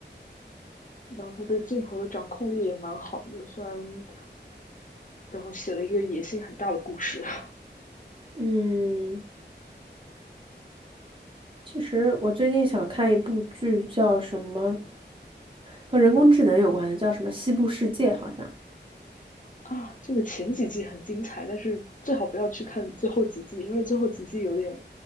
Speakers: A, on the left (about 45°); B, on the right (about 30°).
A: 然后他对镜头的掌控力也蛮好的，虽然，然后写了一个野心很大的故事 <laughs>
B: 嗯。其实我最近想看一部剧，叫什么和人工智能有关的，叫什么《西部世界》，好像
A: 啊。这个前几季很精彩，但是最好不要去看最后几季，因为最后几季有点，